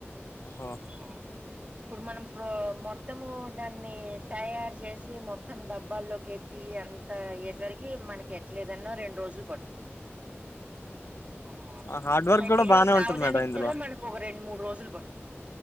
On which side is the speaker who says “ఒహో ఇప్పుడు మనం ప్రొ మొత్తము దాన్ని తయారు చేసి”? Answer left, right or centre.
Right